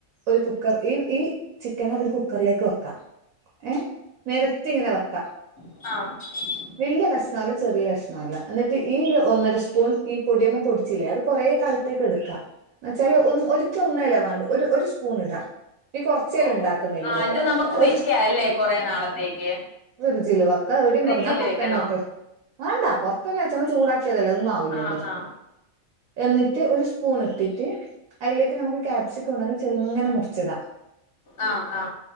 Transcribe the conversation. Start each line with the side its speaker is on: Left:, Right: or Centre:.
Right: ഒരു കുക്കർ ഈ ഈ ചിക്കന് ഒരു കുക്കറിലേക്ക് വെക്ക ഏഹ് നിരത്തി ഇങ്ങനെ വെക്കാ
Left: ആഹ്
Right: വല്യ കഷ്ണല്ല ചെറിയ കഷ്ണല്ല എന്നിട്ട് ഈ ഒന്നര സ്പൂൺ ഈ പൊടിയമ് പൊടിച്ചില്ലേ അത് കുറേ ക ത്തേക്ക് എടുക്ക എന്ന് വെച്ചാല് ഒ ഒരിക്ക ഒന്ന് അല്ലെ വാണ്ടു ഒരു ഒരു സ്പൂൺ ഇടാ നീ കൊറച്ചേല്
Left: ഓ
Right: ഇണ്ടാക്കുന്നില്ലോ
Left: ആ ഇത് നമുക്ക്
Right: ഒരു
Left: വെക്കാ ല്ലേ കൊറെ നാളത്തേക്ക്
Right: ഫ്രിഡ്ജിൽ വെക്ക ടിം
Left: ഫ്രിഡ്ജില്
Right: വെക്കെ ഞാൻ പൊർത്തന്നെ
Left: വെക്കണോ
Right: വെക്കല് വേണ്ട പൊർത്തന്നെ വെച്ച നമ്മ ചൂടാക്കി <unintelligible> ഒന്നും ആവൂല്ലല്ലോ
Left: ആ ആ
Right: എന്നിട്ട് ഒരു സ്പൂൺ ഇട്ടിട്ട് അയിലേ നമുക്ക് ക്യാപ്സിക്കം ഉണ്ടെങ്കിൽ ചെറുങ്ങെനെ മുറിചിട
Left: ആ ആ